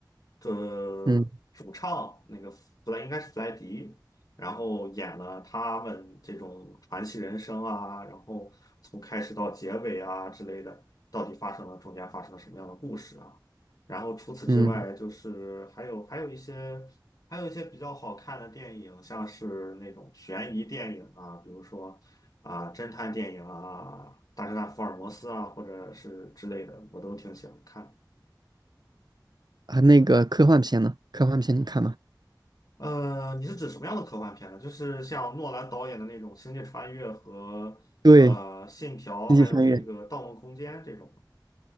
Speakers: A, on the left (about 55°); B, on the right (about 65°).
A: 这主唱那个弗莱应该是弗莱迪，
B: 嗯
A: 然后演了他们这种传奇人生啊，然后从开始到结尾啊之类的，到底发生了中间发生了什么样的故事啊？然后除此之外，
B: 嗯，
A: 就是还有还有一些还有一些比较好看的电影，像是那种悬疑电影啊，比如说啊侦探电影啊，《大侦探福尔摩斯》啊，或者是之类的，我都挺喜欢看。
B: 啊，那个科幻片呢？科幻片你看吗？
A: 呃，你是指什么样的科幻片呢？就是像诺兰导演的那种《星际穿越》和呃《信条》，
B: 对，星际穿越
A: 还有那个《盗梦空间》这种。